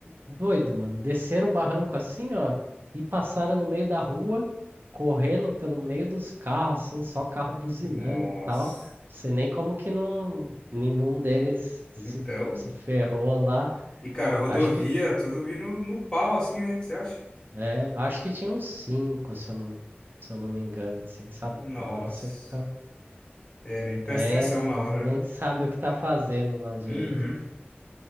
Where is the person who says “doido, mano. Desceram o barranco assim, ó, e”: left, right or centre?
Right